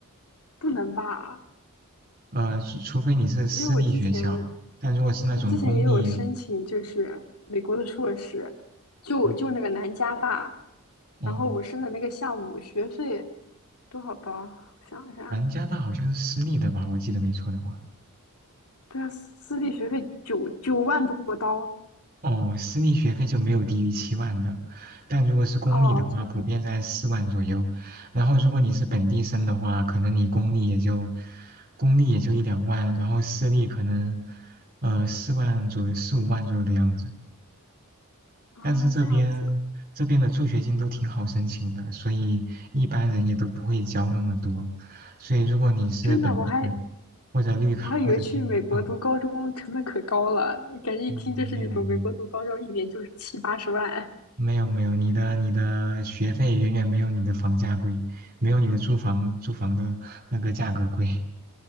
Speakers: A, on the left; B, on the right.
A: 不能吧？
B: 呃，除除非你是私立学校，
A: 因为我之前
B: 但如果是那种公立，
A: 我之前也有申请，就是美国的硕士，就就那个南加大，
B: 嗯，哦，
A: 然后我申的那个项目学费
B: 哦
A: 多少刀？我想一下，
B: 南加大好像是私立的吧，我记得没错的话。
A: 对啊，私立学费九九万多刀。
B: 哦，私立学费就没有低于七万的，但如果是公立的话，
A: 哦，这样
B: 普遍在四万左右。然后如果你是本地生的话，可能你公立也就公立也就一两万，然后私立可能呃四万左右、四五万左右的样子。
A: 啊，
B: 但是这边这边的助学金都挺好申请的，
A: 这样子，
B: 所以一般人也都不会交那么多。所以如果你是本地人
A: 真的，我还
B: 或者绿卡或者居民，
A: 我还以为去美国读高中成本可高了，
B: 啊，
A: 感觉一听就是那种美国读高中一年就是七八十万。
B: 嗯没有没有。没有没有，你的你的学费远远没有你的房价贵，没有你的租房租房的那个价格贵。